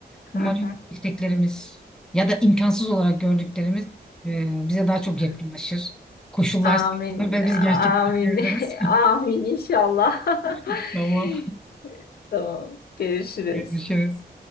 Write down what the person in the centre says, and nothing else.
Umarım
isteklerimiz ya da imkansız olarak gördüklerimiz e, bize daha
çok yakınlaşır. Koşullar
sağlanır ve biz gerçekleştirebiliriz.
<laughs>
Tamam,
görüşürüz.